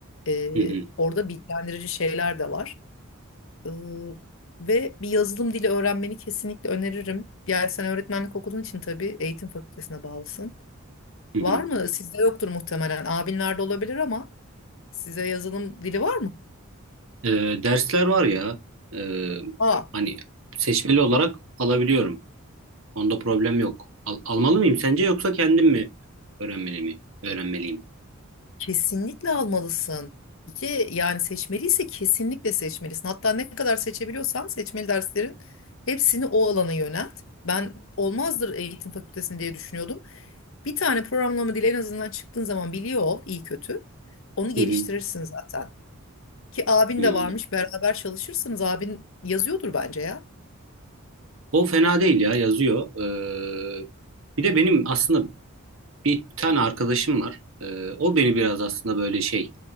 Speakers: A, on the left; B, on the right.
A: E,
B: Hı hı.
A: orada bilgilendirici şeyler de var. E, ve bir yazılım dili öğrenmeni kesinlikle öneririm. Yani sen öğretmenlik okuduğun için tabii eğitim fakültesine bağlısın.
B: Hı
A: Var
B: hı.
A: mı? Sizde yoktur muhtemelen. Abinlerde olabilir ama size yazılım dili var mı?
B: Ee, dersler var ya. ee,
A: Aa,
B: hani seçmeli olarak alabiliyorum. Onda problem yok. Al- almalı mıyım sence yoksa kendim mi öğrenmeli mi? Öğrenmeliyim.
A: kesinlikle almalısın. Bir de yani seçmeliyse kesinlikle seçmelisin. Hatta ne kadar seçebiliyorsan seçmeli derslerin hepsini o alana yönelt. Ben olmazdır eğitim fakültesini diye düşünüyordum. Bir tane programlama dili en azından çıktığın zaman biliyor ol iyi kötü. Onu geliştirirsin
B: Hı hı.
A: zaten. Ki abin
B: Hmm.
A: de varmış beraber çalışırsınız abin yazıyordur bence ya.
B: O fena değil ya yazıyor. Ee, bir de benim aslında bir tane arkadaşım var. Ee, o beni biraz aslında böyle şey